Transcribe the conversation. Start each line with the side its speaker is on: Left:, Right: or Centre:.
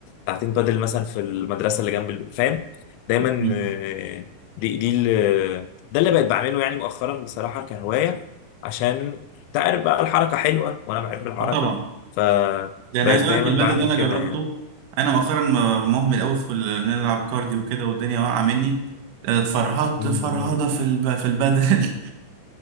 Left: ساعتين بدل مثلا في المدرسه اللي جنب البيت فاهم دايما
Right: مم.
Left: آه، دي دي ال- ده اللي بقيت بعمله يعني مؤخرا بصراحه كهوايه عشان انت عارف بقى الحركه حلوه وانا بحب الحركه
Right: اه طبعا
Left: فبقيت
Right: لان عايز اقول
Left: دايما
Right: لك البدل
Left: بعمل
Right: ده انا
Left: كده
Right: جربته
Left: يعني
Right: انا مؤخرا م- مهمل قوي في ال- ان انا العب كارديو وكده والدنيا واقعه مني آه، اتفرهدت
Left: مم.
Right: فرهده في الب... في البدل